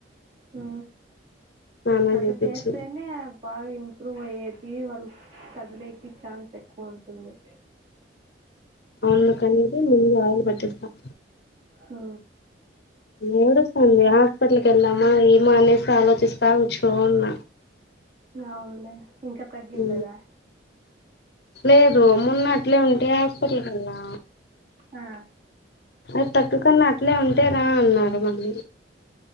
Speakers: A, on the right (about 40°); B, on the left (about 55°).
A: ఉ
B: స్నానం
A: అట్లా
B: చేపిచ్చి
A: చేస్తేనే బాగా ఇంప్రూవ్ అయ్యేది వాళ్ళ కదిలేకి ఛాన్స్ ఎక్కువ ఉంటుంది
B: అవును అనేది ముందు ఆయిలు పట్టిస్తాం
A: ఉ
B: ఏడుస్తుంది హాస్పిటల్కి ఎల్లమ ఏమో అనేసి ఆలోచిస్తా కూర్చొని ఉన్న
A: అవునులే ఇంకా తగ్గింలేదా
B: ఉ లేదు మొన్న అట్లే ఉంటే హాస్పిటల్కి వెళ్లే
A: హా
B: అది తగ్గకున్న అట్లే ఉంటే రా అన్నారు మళ్ళీ